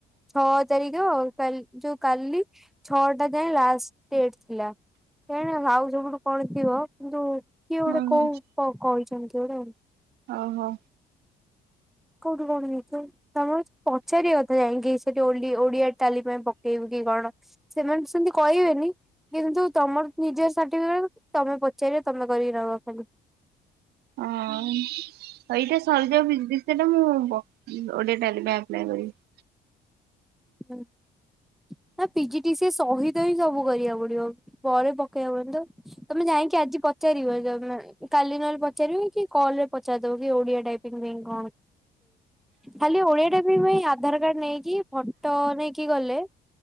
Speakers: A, in the centre; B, on the right.
A: ଛଅ ତାରିକ ଆଉ। କାଲ୍ ଯୋଉ କାଲି ଛଅଟା ଯାଏଁ ଲାଷ୍ଟ ଡେଟ ଥିଲା। କେଜାଣି ଆଉ ସବୁଠୁ କଣ ଥିବ କିନ୍ତୁ କିଏ ଗୋଟେ
B: ଓହୋ
A: କୋଉ କ କହିଛନ୍ତି କିଏ ଗୋଟେ ଆଉ।
B: ଓହୋ।
A: କୋଉଠୁ କଣ ହେଇଥିବ ତମ ହଉଚ ପଚାରିବା କଥା ଯାଇଁକି ସେଠି ଓଲଡି ଓଡ଼ିଆ କାଲି ପାଇଁ ପକେଇବୁ କି କଣ ସେମାନେ ସେମିତି କହିବେନି। କିନ୍ତୁ ତମର ନିଜର ସାର୍ଟିଫିକେଟ କୁ ତମେ ପଚାରିବ ତମେ କରିକି ନବ ଖାଲି।
B: ହଁ ଏଇଟା ସରିଯାଉ ବି ବି ସେଟା ମୁଁ ବ ଓଡ଼ିଆ ଟାଇପିଙ୍ଗ ପାଇଁ ଆପ ନାଇଁ <unintelligible>
A: <inaudible> ନା ପିଜି ଟିସି ସହିତ ହିଁ ସବୁ କରିବାକୁ ପଡ଼ିବ। ପରେ ପକେଇବାକୁ <unintelligible> ତମେ ଯାଇଁ। କି ଆଜି ପଚାରିବ ତମେ କାଲି ନହେଲେ ପଚାରିବ କି? କଲରେ ପଚାରିଦବ କି? ଓଡ଼ିଆ ଟାଇପିଂ ପାଇଁ କଣ? ଖାଲି ଓଡ଼ିଆଟା ପାଇଁ ଆଧାର କାର୍ଡ ନେଇକି, ଫଟୋ ନେଇକି ଗଲେ।